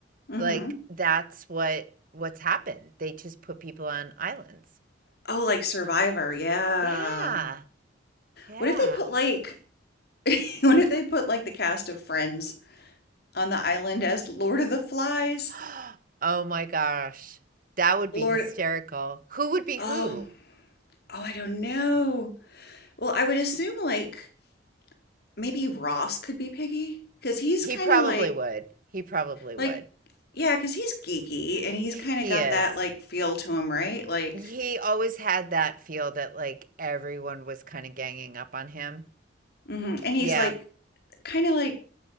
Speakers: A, on the left; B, on the right.
A: hmm
B: Like that's what what's happened. They just put people on islands.
A: Oh, like Survivor. Yeah.
B: Yeah. Yeah.
A: What if they put like <laughs> what if they put like the cast of Friends on the island as Lord of the Flies.
B: <gasps> Oh my gosh. That would be
A: Lord,
B: hysterical. Who would be
A: oh,
B: who?
A: oh, I don't know. Well, I would assume like maybe Ross could be Piggy because he's
B: He
A: kind
B: probably
A: of like
B: would. He probably would.
A: like yeah, because he's geeky and he's kind
B: He
A: of got
B: is.
A: that like feel to him, right? Like,
B: He always had that feel that like everyone was kind of ganging up on him.
A: mhm. and he's
B: Yeah.
A: like kind of like